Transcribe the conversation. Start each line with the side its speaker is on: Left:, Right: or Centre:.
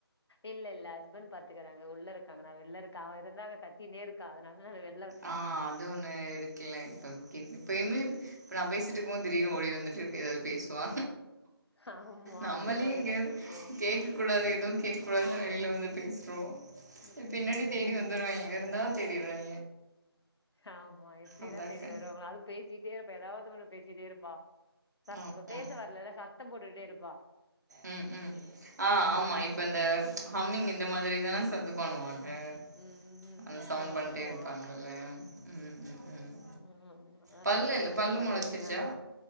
Left: இல்ல இல்ல ஹஸ்பண்ட் பாத்துக்கறாங்க உள்ள இருக்காங்க நா வெளில இருக்க அவ இருந்தாங்க கத்திகிட்டே இருக்கா அதனால வெளிய
Right: ஆ அது ஒண்ணு இருக்கலே இப்ப அப்றோ பேசிட்டு இருக்கும் போது திடீர்னு ஓடி வந்துட்டு ஏதாவது பேசுவா
Left: ஆமா
Right: நம்மளே
Left: அதே மாரிதான்
Right: இங்க
Left: இங்கேயும்.
Right: கேக்க கூடாது எதுவும்
Left: ம்.
Right: கேக்க கூடாதுன் வெளியில வந்து பேசுறோம்
Left: ம்.
Right: பின்னாடி தேடி வந்துருவாங்க எங்க இருந்தாலும் தேடிருவாங்க
Left: ஆமா எப்படிதான்
Right: அதாக்கா
Left: தேடி வருவாங்களோ அதுக் பேசிட்டே இருப்பா ஏதாவது ஒண்ணு பேசிட்டே இருப்பா த
Right: ஆமா
Left: அப்ப பேச வரலல்ல சத்தம் போட்டுட்டே இருப்பா
Right: உம் உம் ஆ ஆமா இப்ப இந்த ஹம்மிங் இந்த மாதிரி தானா சத்து பண்ணுவாங்க ஆ
Left: ம். ம், ம்,
Right: அந்த
Left: ம்.
Right: சவுண்ட்
Left: ஆமா.
Right: பண்ணிட்டே இருப்பாங்கல்ல ம் ம் ம்
Left: ஆ ஆ அதான்
Right: பல்லு
Left: நெக்ஸ்ட்
Right: இல்ல
Left: மந்த்
Right: பல்லு
Left: பர்த்டே
Right: மொளச்சிருச்சா
Left: ஏதாது